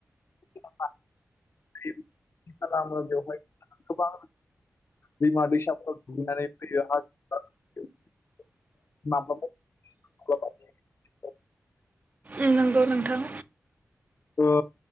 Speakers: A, on the left; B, on the right.
A: <unintelligible> खालामो बेवहाय गोबां दैमा दैसाफोराव दुगैनानै फैयो हाजो <unintelligible>
B: उम नंगौ नोंथां।
A: ओ